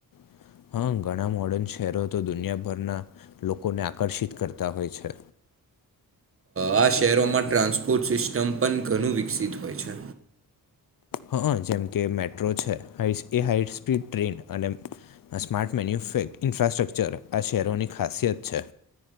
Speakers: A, on the left; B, on the right.
A: <inaudible> હા ઘણા મોર્ડર્ન શહેરો તો દુનિયાભરના લોકોને આકર્ષિત કરતા હોય છે
B: આ શહેરોમાં ટ્રાન્સપોર્ટ સિસ્ટમ પણ ઘણું વિકસિત હોય છે
A: હા જેમ કે મેટ્રો છે એ હાઈસ્પીડ ટ્રેન અને સ્માર્ટ મેન્યુ ઇન્ફ્રાસ્ટ્રક્ચર આ શહેરોની ખાસિયત છે